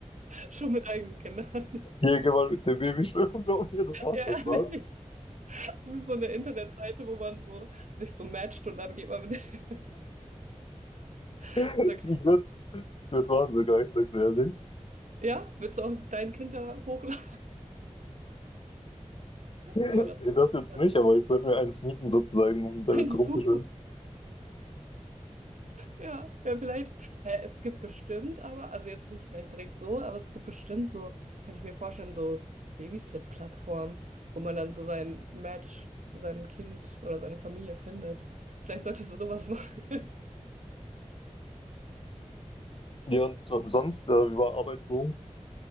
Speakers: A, on the right; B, on the left.
A: schon mit eigenen Kindern. <laughs>
B: Hier, geh mal mit dem Baby schwimmen, glaub mir, das macht
A: Ja,
B: voll Spaß.
A: ja, nee. Das ist so eine Internetseite, wo man so sich so matcht und dann geht man mit. <laughs> Das
B: Ich
A: ist ja krass.
B: würde würd's machen sogar, ich sag's ehrlich.
A: Ja, willst du auch dein Kind da hochladen?
B: Nee,
A: Wenn man gerade so ein
B: das
A: Kind
B: jetzt
A: hat.
B: nicht, aber ich würde mir eins mieten sozusagen, um damit
A: Eins
B: rumzuschwimmen.
A: Buch. Ja, ja, vielleicht, hä, es gibt bestimmt aber, also jetzt nicht vielleicht direkt so, aber es gibt bestimmt so, kann ich mir vorstellen, so Babysit-Plattformen, wo man dann so sein Match, sein Kind oder seine Familie findet. Vielleicht solltest du sowas machen. <laughs>
B: Ja, und so- sonst, äh, über Arbeit so,